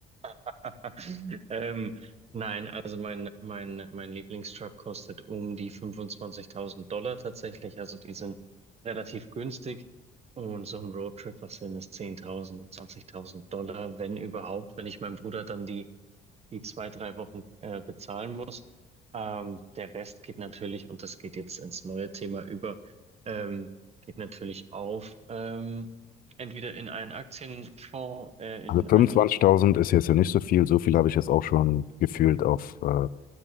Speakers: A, on the right (about 40°); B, on the left (about 55°).
A: <laughs> Ähm, nein, also mein, mein, mein Lieblingstruck kostet um die 25.000 Dollar tatsächlich. Also die sind relativ günstig. Und so ein Roadtrip, was sind es? 10.000, 20.000 Dollar, wenn überhaupt. Wenn ich meinem Bruder dann die die zwei, drei Wochen äh, bezahlen muss. Ähm, der Rest geht natürlich, und das geht jetzt ins neue Thema über, ähm, geht natürlich auf, ähm, entweder in einen Aktienfonds, äh, in
B: Also
A: einen
B: 25.000 ist jetzt ja nicht so viel. So viel habe ich jetzt auch schon gefühlt auf, äh,